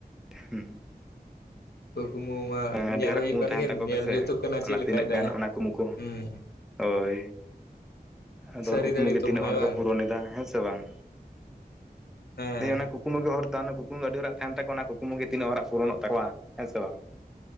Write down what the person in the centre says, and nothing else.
ᱦᱩᱸ <unintelligible>
ᱟᱹᱰᱤ
ᱦᱚᱲᱟᱜ
ᱠᱩᱢᱩᱴ
ᱛᱟᱦᱮᱱ
ᱛᱟᱠᱚ
ᱜᱮᱥᱮ
ᱚᱱᱟ
ᱛᱤᱱᱟᱹᱜ
ᱜᱟᱱ
ᱚᱱᱟ ᱠᱩᱢᱩ ᱠᱚ
ᱦᱳᱭ ᱟᱫᱚ
ᱚᱱᱟ ᱠᱩᱠᱢᱩ
ᱜᱮ
ᱛᱤᱱᱟᱹᱜ ᱦᱚᱲ
ᱠᱚ ᱯᱩᱨᱚᱱᱮᱫᱟ ᱦᱮᱸ ᱥᱮ ᱵᱟᱝ
ᱫᱤᱭᱮ ᱚᱱᱟ ᱠᱩᱠ ᱠᱩᱠᱢᱩ ᱜᱮ ᱦᱚᱨᱛᱮ ᱚᱱᱟ ᱠᱩᱠᱢᱩ ᱟᱹᱰᱤ ᱦᱚᱲᱟᱜ ᱛᱟᱦᱮᱱ ᱛᱟᱠᱚ ᱚᱱᱟ ᱠᱩᱠᱢᱩᱤ ᱛᱤᱹᱜ ᱦᱚᱲᱟᱜ ᱯᱩᱨᱚᱱᱚᱜ ᱛᱟᱠᱚᱣᱟ ᱦᱮᱸ ᱥᱮ ᱵᱟᱝ